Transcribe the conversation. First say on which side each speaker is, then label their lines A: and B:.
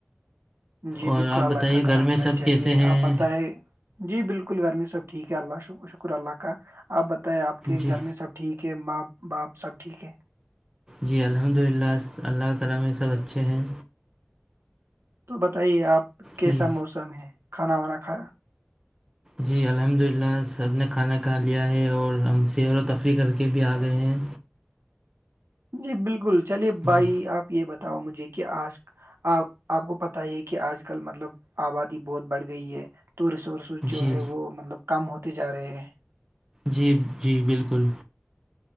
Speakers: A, on the right; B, on the right.
A: جی
B: اور
A: بالکل
B: آپ
A: الگ
B: بتائیے
A: کا کرم
B: گھر
A: ہونا
B: میں سب
A: چاہیے
B: کیسے ہیں
A: آپ بتائائے جی بالکل گھر میں سب ٹھیک ہے اللہ شکر اللہ کا آپ بتائ آپ کے
B: جی
A: گھر میں سب ٹھیک ہے ماں باپ سب ٹھیک ہے
B: جی الحمد للہ اللہ تال میں سب اچھے ہیں
A: تو بتائیے آپ کیسا
B: جی
A: موسم ہے کھانا وانا کھانا
B: جی الحمد للہ سب نے کھانا کھا لیا ہے اور ہم سیر و تفریح کر کے بھی آ گئے ہیں
A: جی بالکل چلیے
B: جی
A: بھائی آپ یہ بتاؤ مجھے کہ آج آ آپ کو پت ہی کہ آج کل مطلب آبادی بہت بڑھ گئی ہے تو ریسورس جو
B: جی
A: ہے وہ مطلب کم ہوتے جا رہے ہیں
B: جی جی بالکل